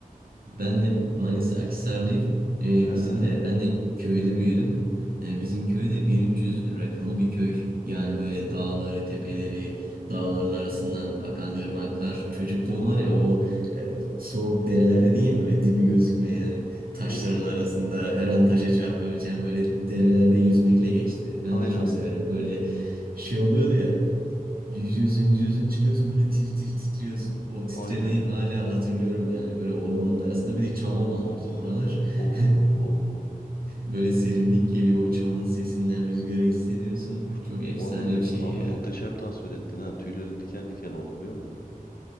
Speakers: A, on the right; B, on the left.
A: Ben de Manisa Akhisarlıyım. Ee,
B: He.
A: bizim de ben de köyde büyüdüm. Ee, bizim köyde 1300 rakımlı bir köy. Yani böyle dağları, tepeleri, dağların arasından akan ırmaklar. Çocukluğum
B: Oh
A: var ya
B: oh.
A: o
B: oh.
A: e, soğuk dereler dedin ya böyle dibi gözükmeyen taşların
B: Uf.
A: arasında her an taşa çarpabileceğim böyle derelerde yüzmekle geçti. Ben
B: Aynı
A: de çok
B: aynı.
A: severim böyle şey oluyordu ya Yüzüyorsun, yüzüyorsun, çıkıyorsun böyle tir tir titriyorsun. O titremeyi
B: Aynen.
A: hala hatırlıyorum yani. Böyle ormanın arasında bir de çam ormanlı
B: Oh.
A: bizim oralar.
B: Oh
A: <laughs>
B: oh oh oh.
A: Böyle serinlik geliyor, o çamın sesinden rüzgarı hissediyorsun.
B: Of,
A: Çok efsane
B: Vallahi ne-
A: bir şey
B: abi
A: ya.
B: muhteşem tasvir ettin ha. Tüylerim diken diken oldu biliyor musun?